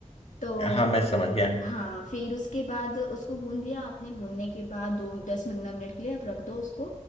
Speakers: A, on the left; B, on the left.
A: तो
B: हाँ हाँ मैं समझ गया
A: हाँ फिर उसके बाद उसको गूंद लिया आपने गूंदने के बाद दो दस पंद्रह मिनट के लिए आप रख दो उसको